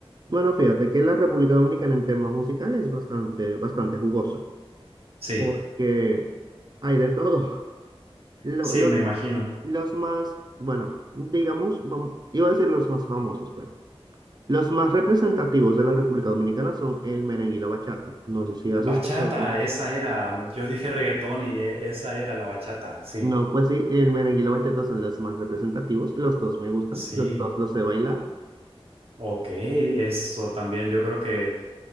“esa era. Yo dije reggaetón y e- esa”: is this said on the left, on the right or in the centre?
Right